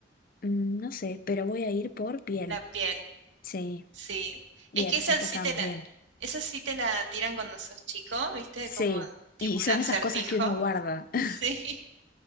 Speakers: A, on the left (about 50°); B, on the right (about 80°).
A: Mm, No sé, pero voy a ir por piel.
B: La piel,
A: Sí,
B: sí.
A: bien,
B: Es que esa
A: esta
B: sí
A: estábamos
B: te la,
A: bien.
B: esa sí te la tiran cuando sos chico, ¿viste?
A: Sí,
B: Como tipo
A: y
B: un
A: son
B: acertijo.
A: esas cosas que uno
B: <laughs>
A: guarda. <laughs>
B: Sí.